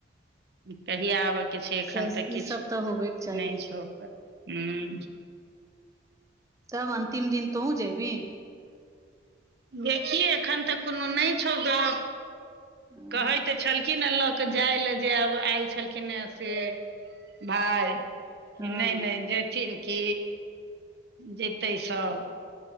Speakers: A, on the right (about 55°); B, on the right (about 15°).
A: कहिय आबऽके छैय एखन
B: सैस
A: तऽ किछु
B: ई सब तऽ होबेके चाही
A: नहि छै कर ऊं
B: तब अन्तिम दिन तो हू जबी।
A: देखियै एखन तक कोनो नहि छौ गप।
B: हँ
A: कहै तऽ छलखिन हे लऽ के जाय लए जे आब आयल छलखिन हे से जे। बाय कि
B: हँ
A: नहि नहि ऐथिन की जेतै सब